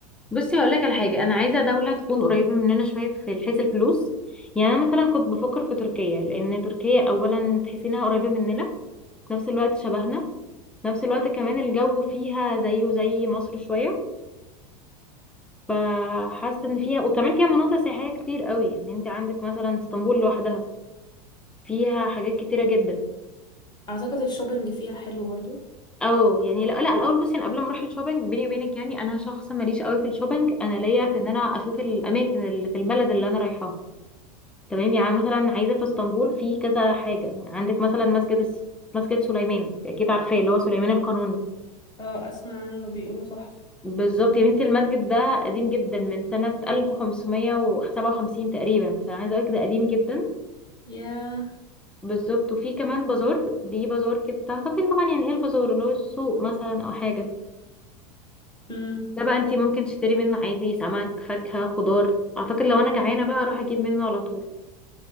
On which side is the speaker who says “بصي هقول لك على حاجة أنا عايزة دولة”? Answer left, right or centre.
Centre